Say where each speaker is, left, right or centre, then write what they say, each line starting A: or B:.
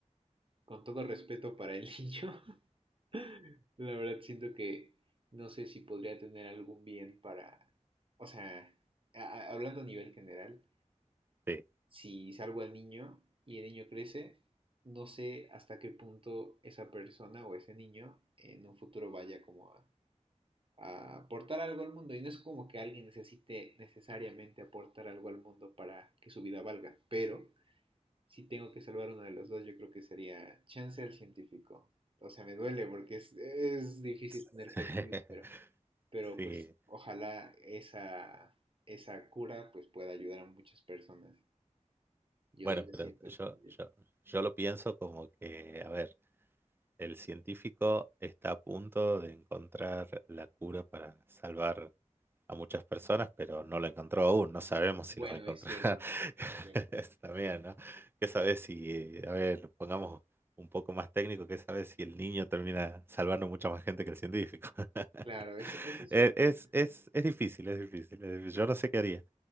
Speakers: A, on the right; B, on the right.
A: con todo respeto para el niño, <laughs> la verdad siento que no sé si podría tener algún bien para, o sea, a- a- hablando a nivel general,
B: sí,
A: si salvo al niño y el niño crece, no sé hasta qué punto esa persona o ese niño en un futuro vaya como a, a aportar algo al mundo. Y no es como que alguien necesite necesariamente aportar algo al mundo para que su vida valga, pero si tengo que salvar uno de los dos, yo creo que sería chance al científico. O sea, me duele porque es, es difícil tener
B: <laughs>
A: que decidir, pero, pero
B: sí.
A: pues ojalá esa, esa cura pues pueda ayudar a muchas personas. Yo,
B: Bueno,
A: yo
B: pero
A: siento.
B: yo,
A: yo-
B: yo, yo lo pienso como que, a ver, el científico está a punto de encontrar la cura para salvar a muchas personas, pero no lo encontró aún, no sabemos si
A: Bueno,
B: lo va a encontrar.
A: es cierto, es cierto.
B: <laughs> Eso También, ¿no? ¿Qué sabes si, eh, a ver, pongamos un poco más técnico, qué sabes si el niño termina salvando mucha más gente que el científico? <laughs>
A: Claro, eso, eso es
B: Es,
A: cierto.
B: es,
A: eso
B: es,
A: es cierto.
B: es difícil, es difícil, es difícil. Yo no sé qué haría.